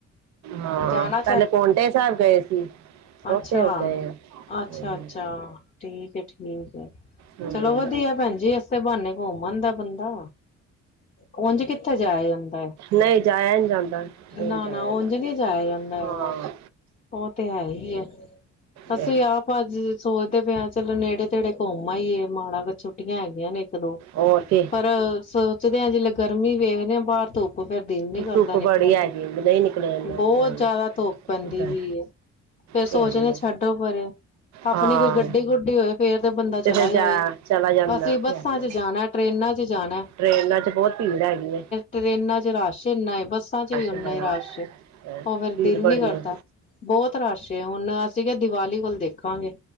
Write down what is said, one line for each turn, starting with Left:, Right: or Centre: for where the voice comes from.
Right: ਹਾਂ
Left: ਜਾਣਾ
Right: ਪੈਲੇ ਪੋਂਟੇ ਸੈਬ ਗਏ ਸੀ।
Left: ਆਛਾ-ਆਛਾ-ਅੱਛਾ
Right: ਉੱਥੇ ਹੋ ਕੇ ਆਏ ਹਾਂ। ਹਮ,
Left: ਠੀਕ ਏ ਠੀ ਠੀਕ ਐ
Right: ਹਮ।
Left: ਚਲੋ ਵਧੀਆ ਪੈਨ ਜੀ ਏਸੇ ਬਾਣੇ ਕੌਮ ਆਂਦਾ ਬੰਦਾ। ਓੰੰਜ ਕਿੱਥੇ ਜਾਯਾ ਯੰਦਾ ਏ।
Right: ਨਹੀਂ ਜਾਇਆ ਨਹੀਂ ਜਾਂਦਾ ਨਹੀਂ
Left: ਨਾ-ਨਾ
Right: ਜਾਇਆ
Left: ਓੰਜ
Right: ਜਾਂਦਾ
Left: ਨੀ ਜਾਯਾ ਜਾਂਦਾ ਹੈਗਾ,
Right: ਹਾਂ
Left: ਓ ਤੇ ਹੈ ਈ ਏ। ਅਸੀ
Right: ਤੇ
Left: ਆਪ ਅੱਜ ਸੋਚਦੇ ਪੇ ਆ ਚਲੋ ਨੇੜੇ-ਤੇੜੇ ਕੌਮ ਆਇਏ ਮਾੜਾ ਕ ਛੁੱਟੀਆਂ ਹੈਗੀਆਂ ਨੇ ਏਕ-ਦੋ।
Right: ਔਰ ਕੀ
Left: ਪਰ ਸੋਚਦੇ ਆ ਜ਼ਿਲੇ ਗਰਮੀ ਵੇਖਣੇ ਆ ਬਾਰ ਤੋ ਪ ਫੇਰ ਦਿਲ ਨੀ ਕਰਦਾ
Right: ਧੁੱਪ
Left: ਨਿਕਲਣ
Right: ਬੜੀ ਹੈਗੀ
Left: ਤੇ
Right: ਨਹੀਂ ਨਿਕਲਿਆ ਜਾਂਦਾ
Left: ਬੋਤ
Right: ਤੇ
Left: ਜਾਦਾ ਤੋਪ ਪੈਂਦੀ
Right: ਆਈ
Left: ਪੀ ਏ। ਫੇਰ ਸੋਚਣੇ
Right: ਤੇ ਆਈ
Left: ਆ ਸ਼ਡੋ ਪਰੇ। ਅਪਣੀ
Right: ਹਾਂ
Left: ਕੋਈ ਗੱਡੀ-ਗੁੱਡੀ ਹੋਏ ਫੇਰ ਤੇ ਬੰਦਾ ਚਲਾ
Right: ਫਿਰ
Left: ਜਾਵੇ।
Right: ਜਾ ਚਲਾ ਜਾਂਦਾ
Left: ਅਸੀ
Right: ਉੱਥੇ
Left: ਬਸਾਂ
Right: ਹੈਗਾ
Left: ਚ ਜਾਣਾ। ਟ੍ਰੇਨਾਂ ਚ ਜਾਣਾ।
Right: ਟ੍ਰੇਨਾਂ ਚ ਬੋਤ ਪੀੜ ਹੈਗੀ ਏ।
Left: ਤ੍ਰੇਨਾਂ ਚ ਚ ਰਸ਼ ਏਨਾ ਏ ਬੱਸਾਂ ਚ ਵੀ ਓਨਾ
Right: ਹੈਗਾ
Left: ਈ ਰਸ਼ ਏ।
Right: ਹੈਂ
Left: ਓ ਫੇਰ
Right: ਭੀੜ
Left: ਦਿਲ
Right: ਬੜੀ
Left: ਨੀ ਕਰਦਾ
Right: ਹੈ
Left: ਬੋਤ ਰਸ਼ ਏ ਹੁਣ ਅਸੀ ਕੇਆ ਦੀਵਾਲੀ ਕੋਲ ਦੇਖਾਂਗੇ।